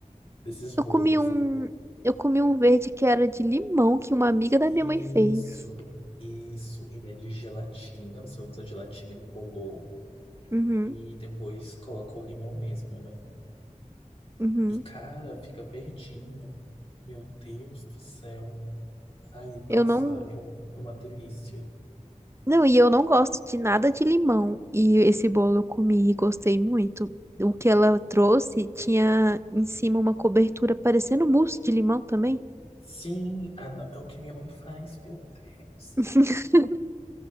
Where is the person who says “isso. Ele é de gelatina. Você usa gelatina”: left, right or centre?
Left